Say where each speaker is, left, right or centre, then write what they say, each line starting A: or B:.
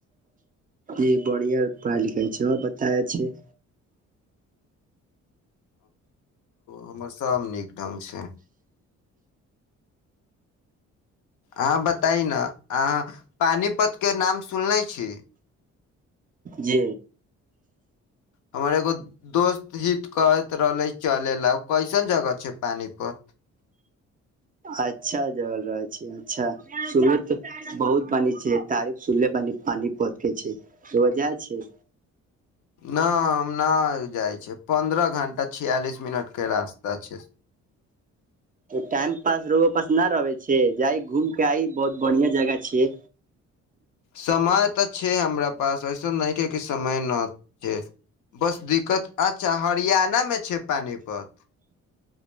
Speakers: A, on the right; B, on the left.
A: ई बढ़िआ पढ़ाई लिखाई छै तय छै
B: हमर सभ नीक ढंग छै अहाँ बताइ न अहाँ पानिपतके नाम सुनले छी
A: जी
B: हमर एगो दोस्त हित कहैत रहलै चलैला कैसन जगह छै पानीपत
A: अच्छा जगह छै अच्छा सुनय तऽ बहुत बानि छियै तारीफ सुनले बानि पानीपत के छै बढ़िया छै
B: नहि हम नहि जाइ छियै पन्द्रह घंटा छियालिस मिनट के रास्ता छै
A: टाइम पास रहुआक पास न रहै छै जाई घूम के आई बहुत बढ़िया जगह छियै
B: समय तऽ छै हमरा पास ऐस एहिसन नहि छैक जे समय न छै बस दिक्कत अच्छा हरियाणा मे छै पानीपत